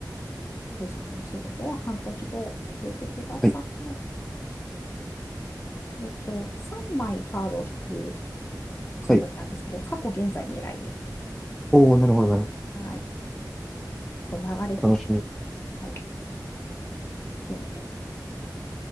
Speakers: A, on the left; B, in the centre.
A: K さんのお仕事は半年後教えてください。
B: はい。
A: えっと、3枚カードを引くつもりなんですけど、
B: はい。
A: 過去、現在、未来で。
B: おー、なるほど、なるほ
A: はい。こう流れてき、
B: ど。楽しみ。
A: はい、いくので。